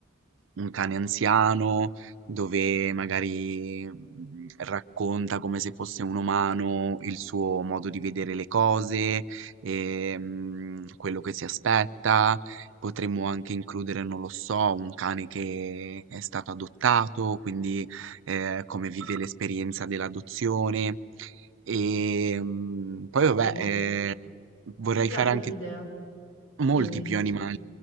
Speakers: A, on the right (about 65°); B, on the left (about 65°).
A: un cane anziano, dove magari mm, racconta come se fosse un umano il suo modo di vedere le cose, e, mm, quello che si aspetta. Potremmo anche includere, non lo so, un cane che è stato adottato, quindi eh, come vive l'esperienza dell'adozione. E mm, poi vabbè,
B: Sì, mi,
A: eh, vorrei
B: mi piace
A: fare anche
B: l'idea.
A: Molti
B: Dimmi.
A: più animali.